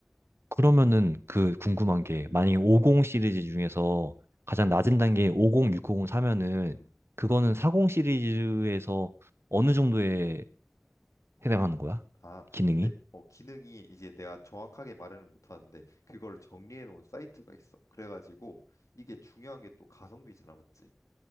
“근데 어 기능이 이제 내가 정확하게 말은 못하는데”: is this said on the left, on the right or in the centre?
Left